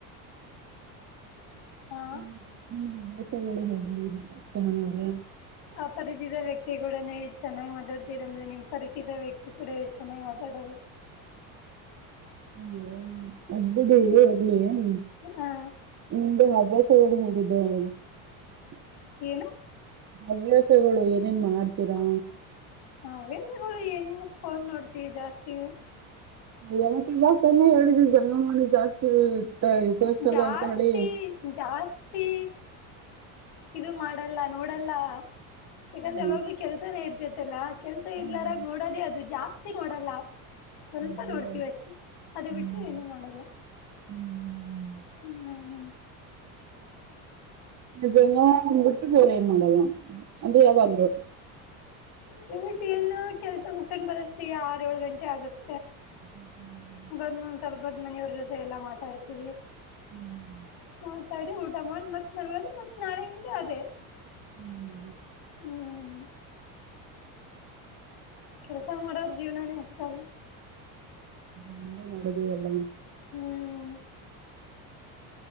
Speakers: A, on the right; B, on the left.
A: ಹ್ಮೇಟಗಳು
B: ಹಾ
A: ಹೇಳನ್ರ
B: ಪರಿಚಿತ ವ್ಯಕ್ತಿ ಕೂಡ ಚೆನ್ನಾಗಿ ಮಾತಾಡ್ತಿರ ಅಂದ್ರೆ ನಿಮ್ ಪರಿಚಿತ ವ್ಯಕ್ತಿ ಕೂಡ ಹೆ ಚೆನ್ನಾಗಿ ಮಾತಾಡಲ್ಲ
A: <inaudible> <unintelligible>
B: ಹ್ಮ್ ಹಾ
A: <unintelligible>
B: ಏನು
A: ಹವ್ಯಾಸಗಳು ಏನೇನ್ ಮಾಡ್ತೀರಾ
B: <unintelligible> ಏನ್ ಫೋನ್ ನೋಡ್ತಿವಿ ಜಾಸ್ತಿ
A: ಹೌದಾ ಮತ್ತೆ ಇವಾಗ ತಾನೇ ಹೇಳಿದಿ ಜಂಗಮಣಿ ಜಾಸ್ತಿ ತ- ಉಪಯೋಗಿಸಲ್ಲ
B: ಜಾಸ್ತಿ
A: ಅಂತ ಹೇಳಿ
B: ಜಾಸ್ತಿ ಇದು ಮಾಡಲ್ಲ ನೋಡಲ್ಲ ಯಾಕಂದ್ರೆ
A: ಹ್ಮ್.
B: ಯಾವಾಗ್ಲೂ ಕೆಲ್ಸನೇ ಇರ್ತತ್ತಲ್ಲ ಕೆಲ್ಸ ಇರ್ಲಾರಾಗ
A: ಹ್ಮ್.
B: ನೋಡೋದೇ ಅದು ಜಾಸ್ತಿ ಮಾಡಲ್ಲ ಸ್ವಲ್ಪ
A: ಹಂಗೆ.
B: ನೋಡ್ತೀವ ಅಷ್ಟೇ ಅದು
A: ಹ್ಮ್.
B: ಬಿಟ್ರೆ ಏನು ಮಾಡಲ್ಲ
A: ಹ್ಮ್.
B: ಹ್ಮ.
A: ಅದೇನೋ ಬಿಟ್ಟು ಬೇರೆ ಏನ್ ಮಾಡಲ್ಲ ಅಂದ್ರ ಯಾವಾಗಲ.
B: ಡ್ಯೂಟಿ ಎಲ್ಲಾ ಕೆಲಸ ಮುಗಸಕೊಂಡು ಬರವಸ್ಟಿಗೆ ಆರ ಏಳು ಗಂಟೆ ಆಗುತ್ತೆ.
A: ಹ್ಮ ಹ್ಮ್.
B: ಬಂದು ಒಂದ್ ಸ್ವಲ್ಪ ಒತ್ತು ಮನಿಯವರ ಜೊತೆ ಎಲ್ಲಾ ಮಾತಾಡ್ತಿವಿ.
A: ಹ್ಮ್.
B: ಮಾತಾಡಿ ಊಟ ಮಾಡಿ ಮತ್ ಮಲಗೋದು ಮತ್ ನಾಳೆಯಿಂದ ಅದೇ.
A: ಹ್ಮ್.
B: ಹ್ಮ್. ಕೆಲಸ ಮಾಡೋರ್ ಜೀವನಾನೇ ಅಷ್ಟ ಅಲ್ಲ.
A: ಹಗೆ ಮಾಡುದು ಎಲ್ಲಾ.
B: ಹ್ಮ್.